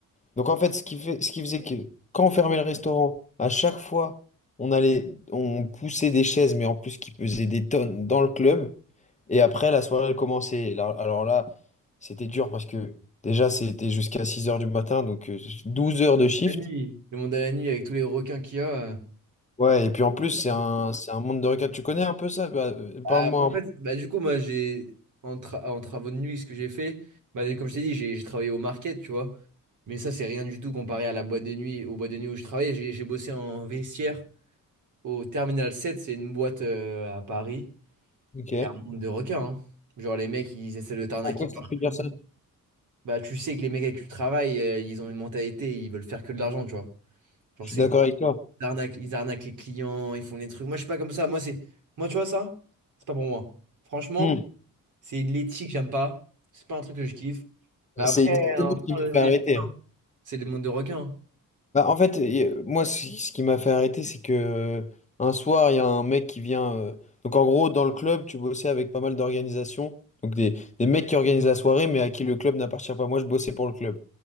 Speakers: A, on the left; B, on the right.
A: Donc en fait, ce qui fait, ce qui faisait que quand on fermait le restaurant, à chaque fois, on allait, on poussait des chaises, mais en plus qui pesaient des tonnes dans le club. Et après, la soirée, elle commençait. là- Alors là, c'était dur parce que déjà, c'était jusqu'à 6 heures du matin, donc euh, 12 heures de shift.
B: La nuit. Le monde à la nuit avec tous les requins qu'il y a.
A: Ouais, et puis en plus, c'est un,
B: euh.
A: c'est un monde de regard. Tu connais un peu ça? Bah, euh, parle-moi.
B: Bah, moi, en fait, bah, du coup, moi, j'ai, en, tra- en travaux de nuit, ce que j'ai fait, bah, comme je t'ai dit, j'ai j'ai travaillé au market, tu vois. Mais ça, c'est rien du tout comparé à la boîte de nuit, aux boîtes de nuit où je travaillais. J'ai j'ai bossé en vestiaire au Terminal sept c'est une boîte euh, à Paris.
A: un- Ok.
B: Et un monde de requins, hein. Genre, les mecs, ils essaient de t'arnaquer
A: Pourquoi
B: partout.
A: tu te dire ça?
B: Bah, tu sais que les mecs avec qui tu travailles, euh, ils ont une mentalité, ils veulent faire que de l'argent, tu vois. Genre,
A: Je
B: c'est,
A: suis d'accord avec toi.
B: ils arnaquent, ils arnaquent les clients, ils font des trucs. Moi, je suis pas comme ça. Moi, c'est, moi, tu vois, ça, c'est pas pour moi. Franchement.
A: Hmm.
B: C'est de l'éthique, j'aime pas. C'est pas un truc que je kiffe. Mais après,
A: C'est exactement
B: après,
A: ce qui m'a
B: on
A: fait
B: on
A: arrêter.
B: y... C'est des mondes de requins. hein.
A: Bah, en fait, euh, moi, ce ce qui m'a fait arrêter, c'est que euh, un soir, il y a un mec qui vient. euh, Donc, en gros, dans le club, tu bossais avec pas mal d'organisations. Donc, des, des mecs qui organisent la soirée, mais à qui le club n'appartient pas. Moi, je bossais pour le club.